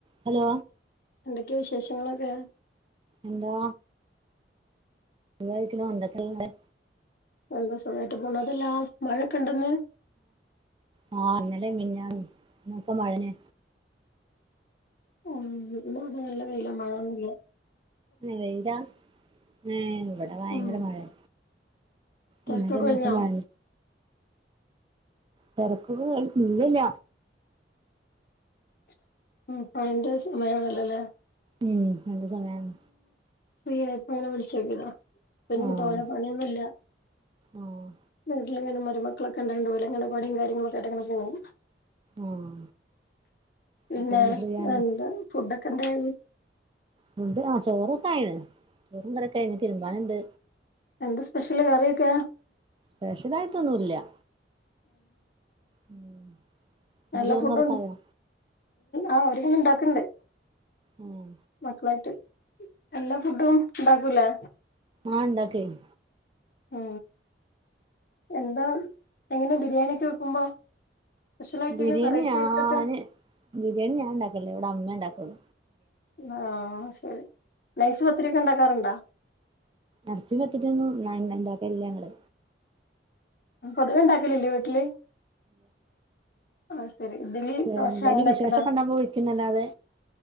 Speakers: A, on the right; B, on the left.
A: Hello
B: എന്തൊക്കെയാ വിശേഷങ്ങളൊക്കെ
A: എന്താ ഇക്കണ ആന്ത ക
B: എന്തസുഖായിട്ട് പോണം അതെല്ലാ മഴക്കെണ്ട്ന്ന്
A: ആ ആഹ് ഇന്നലേ മെനഞാന്ന് എന്നൊക്കെ മഴന്
B: ഉം ഇ അത നല്ല വല്ല മഴന്നല്ല
A: വെയതാ ഏർ ഇവിടെ ഭയങ്കര
B: ഉം
A: മഴയാ
B: തെരക്കൊക്കെ
A: എന്നാലൊക്കെ
B: ഒഴിഞ്ഞോ
A: മാ തെരക്കൊക ഇല്ലില്ല
B: ഉം പണിന്റെ സമയണല്ലല്ലേ
A: ഉം രണ്ട് സമയാണ്
B: ഫ്രീയായപ്പ ഇങ്ങനെ വിളിച്ചേക്കടാ എനിക്ക്
A: ആഹ്
B: തോന്ന പണിയൊന്നുല്ല
A: ആഹ്
B: വീട്ടിലിങ്ങനെ മരുമക്കളൊക്കെ ഉണ്ടാക്കെണ്ട പോയില്ലേ ഇങ്ങനെ പണിയും കാര്യങ്ങളൊക്കെ ആയിട്ടിങ്ങെ പോകും
A: ആഹ്
B: പിന്നെ
A: അപ്പൊ ഫ്രീ ആണല്ലേ
B: ന്താ ഫുഡക്കെ ന്താണ്
A: ഫുഡ്‌ ആ ചോറൊക്കായിന് ചോറും കറിയകായിന് തിരുമ്പാന് ണ്ട്
B: എന്ത സ്‌പെഷല് കറിക്ക
A: സ്‌പെഷലായിട്ടൊന്നുല്യ ഉം ഇങ്ങളെ
B: നല്ല
A: ചോറും
B: ഫുഡും
A: കറിയൊക്കെ ആയോ
B: ആ ഒരു വിതണ്ടാക്ക്ണ്ട്.
A: ഉം
B: മക്കളായിട്ട് എല്ലാ ഫുഡും ഉണ്ടാകൂലെ?
A: ആ ഇണ്ടാക്കെയ്
B: ആ എന്താ എങ്ങനെ ബിരിയാണിക്കെ വെക്കുമ്പോ? സ്പെഷ്യലായിട്ട്
A: ബിരിയാണി
B: വെറൈറ്റി
A: ഞാന്
B: ആയിട്ടൊക്കെ
A: ബിരിയാണി ഞാന് ഉണ്ടാകലില്ല. ഇവിടെ അമ്മേ ണ്ടാക്കല്.
B: അ ആ സോറി നൈസ് പത്തിരിക്കെ ഉണ്ടാകാറുണ്ടോ?
A: ഇറച്ചി പത്തിരി ഒന്നും ന ഉണ്ടാകാലില്ല ഞങ്ങള്
B: പൊതുവെ ഉണ്ടാകലില്ലേ വീട്ടില്. ആഹ് ശരി ഇഡ്ഡലി
A: ചെ
B: ദോശ
A: എന്തേലും
B: അങ്ങനെയൊക്കെല്ലേ
A: വിശേഷക്കെ ഉണ്ടാവുമ്പ വിളിക്കുന്നല്ലാതെ.